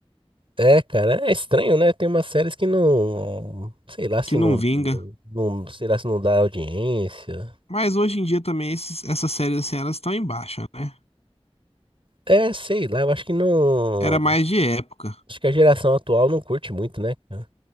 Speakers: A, on the right; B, on the left.
A: É, cara, é estranho, né? Tem umas séries que não, sei lá se
B: Que não
A: não,
B: vinga.
A: não, sei lá se não dá audiência.
B: Mas hoje em dia também esses- essas séries assim, elas estão em baixa, né?
A: É, sei lá, eu acho que não,
B: Era mais de época.
A: acho que a geração atual não curte muito, né? cara?